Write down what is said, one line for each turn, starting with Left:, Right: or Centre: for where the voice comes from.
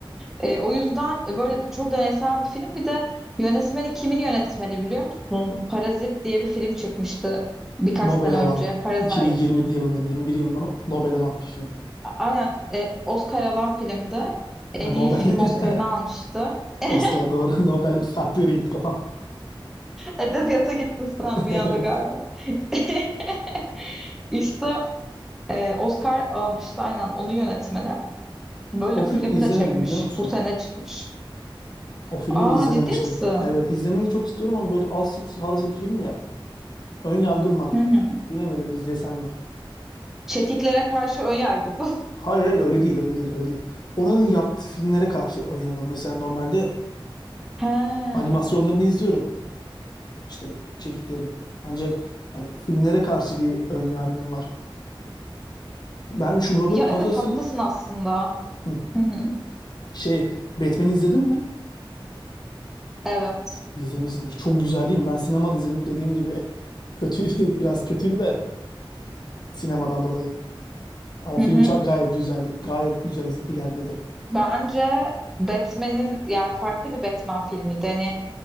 Centre: E, o yüzden e, böyle çok deneysel bir film. Bir de yönetmeni kimin yönetmeni biliyor musun? Parazit diye bir film çıkmıştı birkaç
Left: Nobel
Centre: sene
Left: alan
Centre: önce. Parasite.
Left: 2020 yılında mı 21 yılında mı Nobel alan bir film.
Centre: A- Aynen e, Oscar alan filmdi.
Left: Ha,
Centre: En
Left: Nobel.
Centre: iyi film Oscar'ını almıştı.
Left: <laughs>
Centre: <laughs>
Left: Oscar doğru. <laughs> Nobel farklı yere gitti kafam.
Centre: Edebiyata gittin sen
Left: <laughs>
Centre: bir
Left: Evet.
Centre: anda galiba. <laughs> İşte e, Oscar almıştı aynen onun yönetmeni. Böyle
Left: O
Centre: bir
Left: filmi
Centre: film
Left: izlemedim
Centre: de çekmiş.
Left: biliyor musun?
Centre: Bu sene çıkmış.
Left: O filmi
Centre: Aa
Left: de izlememiştim.
Centre: ciddi misin?
Left: Evet izlemeyi çok istiyorum ama böyle Alsit tarzı bir film ya. Ön yargım var.
Centre: Hı hı.
Left: Bilemedim izlesem mi?
Centre: Çekiklere karşı ön yargı bu. <laughs>
Left: Hayır hayır öyle değil öyle değil öyle değil. Oranın yaptığı filmlere karşı ön yargım. Mesela normalde
Centre: He.
Left: animasyonlarını izliyorum. İşte çekiklerin. Ancak hani filmlere karşı bir ön yargım var. Ben şu Robert
Centre: Ya
Left: Pattinson'ın
Centre: evet haklısın aslında.
Left: Hı.
Centre: Hı hı.
Left: Şey, Batman'i izledin mi?
Centre: Evet.
Left: İzlemişsindir. Çok güzel değil mi? Ben sinemada izledim. Dediğim gibi <laughs> kötü, biraz kötüydü de sinemadan dolayı. Ama
Centre: Hı
Left: film
Centre: hı.
Left: çok, gayet güzeldi. Gayet güzel iz- ilerledi.
Centre: Bence Batman'in yani farklı bir Batman filmiydi. Hani